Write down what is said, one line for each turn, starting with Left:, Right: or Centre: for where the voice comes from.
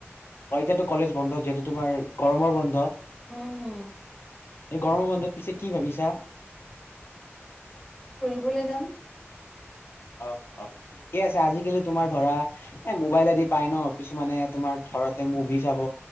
Left: অ' এতিয়াতো কলেজ বন্ধ যিহেতু তোমাৰ গৰমৰ বন্ধ।
Centre: হম, হম।
Left: এই গৰমৰ বন্ধত পিছে কি ভাবিছা?
Centre: ফুৰিবলৈ যাম।
Left: অ', অ' স আছে আজিকালি তোমাৰ ধৰা এ মোবাইল আদি পাই ন কিছুমানে তোমাৰ ঘৰতে মুভি চাব